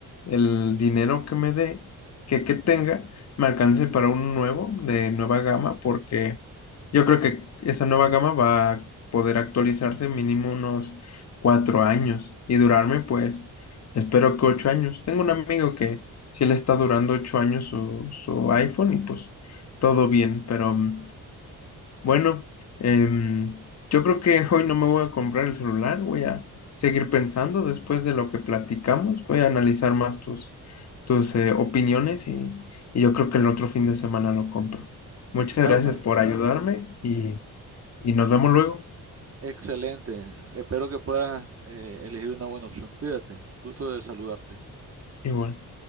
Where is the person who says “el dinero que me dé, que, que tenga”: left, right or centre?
Left